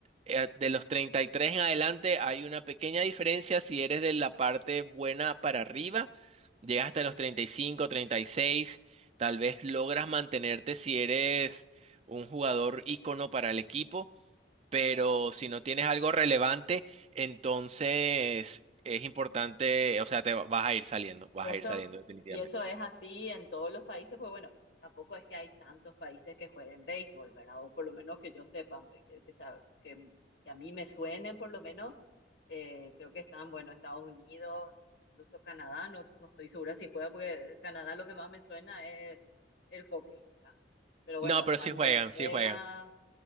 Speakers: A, on the right; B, on the left.
A: eh, de los 33 en adelante hay una pequeña diferencia si eres de la parte buena para arriba, llegas hasta los treinta treinta y cinco treinta y seis tal vez logras mantenerte si eres un jugador ícono para el equipo, pero si no tienes algo relevante, entonces es importante, o sea, te va- vas a ir saliendo, vas
B: Y Eso,
A: a ir saliendo definitivamente.
B: y eso es así en todos los países, pues bueno, tampoco es que hay tantos países que jueguen béisbol, ¿verdad? O por lo menos que yo sepa, ve, que, que, sa- que, que a mí me suenen por lo menos, eh, creo que están, bueno, Estados Unidos, incluso Canadá, no, no estoy segura si juega, porque Canadá lo que más me suena es el hockey, ¿verdad? Pero
A: No,
B: bueno,
A: pero
B: están
A: sí juegan,
B: Venezuela,
A: sí juegan.